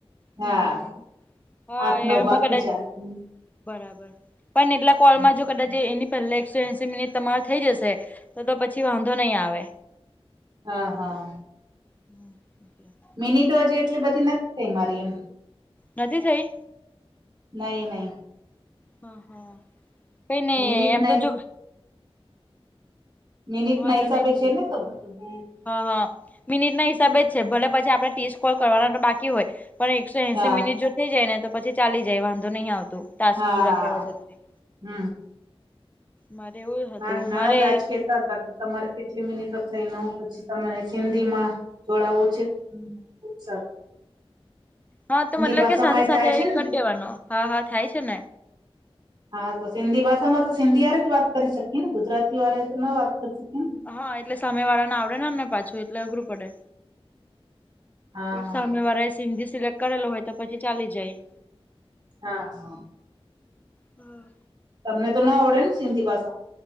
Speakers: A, on the left; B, on the right.
A: હમ
B: હા
A: હમ હા
B: આઠ નવ
A: એમાં
B: બાકી
A: કદાચ.
B: છે હમ,
A: બરાબર પણ એટલા કોલમાં
B: હમ.
A: જો કદાચ એની પહેલા એકસો એસી મિનિટ તમારો થઇ જશે તો તો પછી વાંધો નહીં આવે.
B: હા હા.
A: હમ એ.
B: મિનિટો હજી એટલી બધી નથી થઈ મારી એમ.
A: નથી થઈ.
B: નહી નહી.
A: હ હા કઈ ને
B: મિનિટ
A: એમ
B: ના
A: તો જો.
B: નિનિત ના
A: વાંધો
B: હિસાબે
A: નહી થઈ
B: છે
A: જશે
B: ને તો બધું હ.
A: હા હા મિનિટ ના હિસાબે જ છે ભલે પછી આપણે ીસ્ટ કોલ કરવાના તો બાકી હોય. પણ એકસો એસી
B: હા
A: મિનિટ જો થઈ જાય ને તો પછી ચાલી જાય વાંધો નહીં આવતું. ટસ્ક
B: હા
A: પૂરા કરવા જરૂરી
B: હમ
A: મારે એવું. હતું
B: ના નણંદાજ
A: મારે
B: કેતા હતા કે. તમારે કેટલી મિનિટ થઈને હ પછી તરે સિંધી માં જોડાવું છે. ઉત્સાફ.
A: હા તો મતલબ
B: ભાષામાં
A: કે સાથે
B: એ
A: સાથે
B: થાય છે ને
A: કરી દેવાનો હા હા થાય છે ને.
B: હા તો સિંધી ભાષામાં તો સિંધી વાળે જ વાત કરી શકીએ ને ગુજરાતી વાળ તો ન વાત કરી શકીએ ને.
A: હા એટલે સમય વાળાને આવડે ને ને પાછું એટલે અઘરું પડે.
B: હા
A: કોઈ સામે વાળા સિંધી સિલેક્ટ કરેલોું હોય તો પછી ચાલી જાય.
B: હા હા.
A: હા.
B: તમને તો ન આવડે ને સિંધી ભાષા.